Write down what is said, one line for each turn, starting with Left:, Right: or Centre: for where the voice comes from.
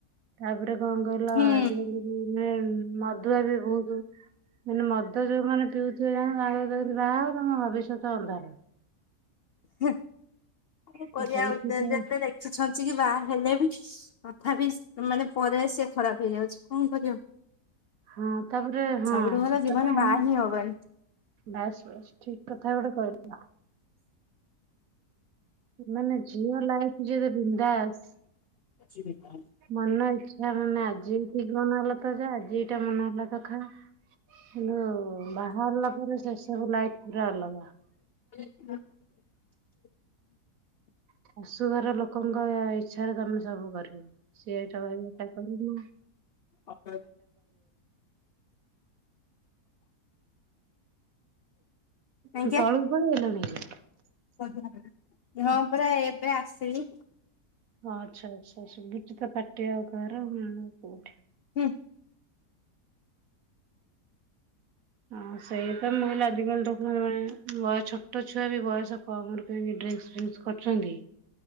Right: ତାପରେ କଣ କହିଲା
Left: ହୁଁ।
Right: ଆଜିକାଲି ବି ନୂଆ ଆଇନି ମଦୁଆ ବି ବହୁତ, ମାନେ ମଦ ଯୋଉମାନେ ପିଉଥିବେ <unintelligible> ବାହାହବ ତମ ଭବିଷ୍ୟତ ଅନ୍ଧାର।
Left: ହୁଁ, କଣ
Right: ତ
Left: କରିବା
Right: ସେଇଥିପାଇଁ
Left: ଆଉ, ଯେତେ ଦେଖୁଛନ୍ତି କି ବାହା ହେଲେ ବି ତଥାପି ମାନେ ପରେ ସେ ଖରାପ ହେଇଯାଉଛି କଣ କରିବ?
Right: ହଁ ତାପରେ ହଁ,
Left: ସବୁଠୁ ଭଲ
Right: ସେଟା
Left: ଜୀବନ
Right: ତ ଆମ
Left: ବାହା ହିଁ ହବନି।
Right: ବାସ ବାସ, ଠିକ କଥା ଗୋଟେ କହିଲ। ମାନେ, ଝିଅ ଲାଇଫ ଯେତେ ବିନ୍ଦାସ
Left: ଯିବ
Right: ମନ ଇଛା ମାନେ, ଆଜି ଠିକ ମନହଲା ତ ଯ ଆଜି ଏଇଟା ମନେ ହେଲା ତଖା। <unintelligible> ବାହାହେଲା ପରେ ସେ ସବୁ ଲାଇଫ ପୁରା ଅଲଗା।
Left: ହଁ
Right: ଶାଶୁଘର ଲୋକଙ୍କ ଇଛାରେ ତମେ ସବୁ କରିବ। ସେଏଇଟା ଏଟା କରିନୁ।
Left: ଆ <unintelligible>
Right: ତମେ
Left: ଆଜ୍ଞା,
Right: ତଳକୁ ପଳେଇ ଆଇଲଣି କି?
Left: <unintelligible> ହଁ ପରା ଏବେ ଆସିଲି।
Right: ହଁ ଆଛା ଆଛା ଆଛା, ଗୋଟେତ ପଟିଆ ଆଉ ଘରଁ କୋଉଠି
Left: ହୁଁ
Right: ହଁ ସେଇ ତ ହେଲେ ଆଜିକାଲି ଦେଖ ମାନେ ବୟ ଛୋଟ ଛୁଆ ବି ବୟସ କମରେ କେହି ଡ୍ରି ଫସ କରଛନ୍ତି